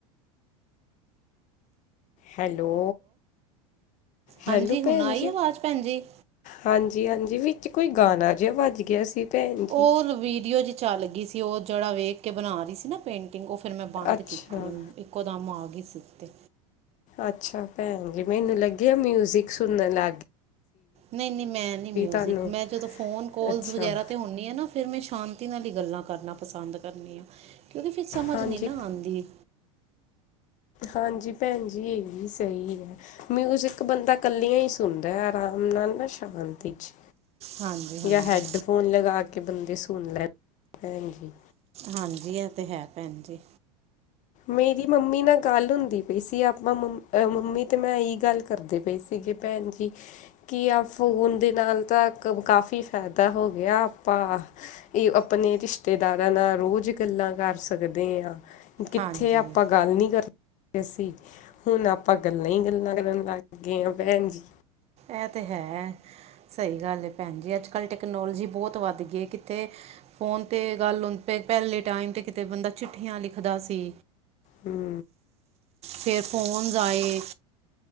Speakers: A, on the left; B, on the right.
A: ਹੈਲੋ, ਹੈਲੋ
B: ਹਾਂਜੀ ਹੁਣ
A: ਭੈਨ
B: ਆਈ
A: ਜੀ।
B: ਆਵਾਜ਼ ਭੈਣ ਜੀ
A: ਹਾਂਜੀ-ਹਾਂਜੀ, ਵਿੱਚ ਕੋਈ ਗਾਨਾ ਜੇਆ ਵਾੱਜ ਗੇਆ ਸੀ, ਭੈਨ ਜੀ।
B: ਉਹ ਵੀਡੀਓ ਜੀ ਚਾੱਲ ਗੀ ਸੀ, ਓ ਜੇੜਾ ਵੇਖ ਕੇ ਬਨਾ ਰੀ ਸੀ ਨਾ। ਪੇਂਟਿੰਗ ਓ ਫਿਰ ਮੈਂ ਬਾੰਦ
A: ਅੱਛਾ
B: ਕੀਤੀ ਓਨੂ, ਇੱਕੋ ਦਮ ਆਗੀ ਸੀ ਓਤੇ।
A: ਅੱਛਾ ਭੈਨ ਜੀ, ਮੈਨੂੰ ਲਗੇਆ ਮਿਊਜਿਕ ਸੁਨਨ ਲਾੱਗ
B: ਨਈ-ਨਈ, ਮੈਂ ਨੀ ਮਿਊਜ਼ਿਕ,
A: ਤੁਹਾਨੂੰ
B: ਮੈਂ ਜਦੋਂ ਫੋਨ ਕੋਲਸ
A: ਅੱਛਾ
B: ਵਗੈਰਾ ਤੇ ਹੋਨ ਨੀ ਏ ਨਾ ਫਿਰ ਮੈਂ ਸ਼ਾਂਤੀ ਨਾਲ ਈ ਗੱਲਾਂ ਕਰਨਾ ਪਸੰਦ ਕਰਨੀ ਆ। ਕੋਓਂਕੀ ਫਿਰ ਸਮਝ
A: ਹਾਂਜੀ
B: ਨੀ ਨਾ ਆਂਦੀ।
A: ਹਾਂਜੀ ਭੈਨ ਜੀ, ਏ ਵੀ ਸਈ ਐ। ਮਿਊਜਿਕ ਬੰਦਾ ਕੱਲੇਆਂ ਈ ਸੁਨਦੈ, ਅਰਾਮ ਨਾਲ ਨਾ ਸ਼ਾਂਤੀ ਚ।
B: ਹਾਂਜੀ। ਹਾਂਜੀ
A: ਯਾ ਹੈਡਫੋਨ ਲਗਾ ਕੇ ਬੰਦੇ ਸੁਨ ਲੈਨ ਭੈਨ ਜੀ।
B: ਹਾਂਜੀ, ਐ ਤੇ ਹੈ ਭੈਨ ਜੀ।
A: ਮੇਰੀ ਮੰਮੀ ਨਾਲ ਗਾੱਲ ਹੁੰਦੀ ਪਈ ਸੀ, ਆਪਾਂ ਮੰਮ, ਮੰਮੀ ਤੇ ਮੈਂ ਏਈ ਗਾੱਲ ਕਰਦੇ ਪੇ ਸੀ ਸੀਗੇ ਭੈਨ ਜੀ। ਕੀ ਆ ਫੋਨ ਦੇ ਨਾਲ ਤਾ ਕਾਫੀ ਫਾਏਦਾ ਹੋ ਗੇਆ, ਆਪਾਂ ਏ ਅਪਨੇ ਰਿਸ਼ਤੇਦਾਰਾਂ ਨਾਲ ਰੋਜ ਗੱਲਾਂ ਕਾਰ ਸਕਦੇ ਆਂ। ਕਿੱਥੇ
B: ਹਾਂਜੀ
A: ਆਪਾਂ ਗਾੱਲ ਨੀ ਕਰ ਸੀ, ਹੁਨ ਆਪਾਂ ਗੱਲਾਂ ਈ ਗੱਲਾਂ ਕਰਨ ਲਾੱਗ ਗੇ ਆਂ, ਭੈਨ ਜੀ।
B: ਐ ਤੇ ਹੈ, ਸਈ ਗਾੱਲ ਏ ਭੈਨ ਜੀ, ਆੱਜ ਕੱਲ ਟੈਕਨੋਲੋਜੀ ਬੋਤ ਵਾੱਲ ਗੀ ਏ ਕਿਤੇ ਫੋਨ ਤੇ ਗਾੱਲ ਹੁਨ, ਪੇ ਪ੍ਹੈਲੇ ਟਾਈਮ ਤੇ ਕਿਤੇ ਬੰਦਾ ਚਿੱਠੀਆਂ ਲਿਖਦਾ ਸੀ।
A: ਹੂੰ।
B: ਫੇਰ ਫੋਨਸ ਆਏ,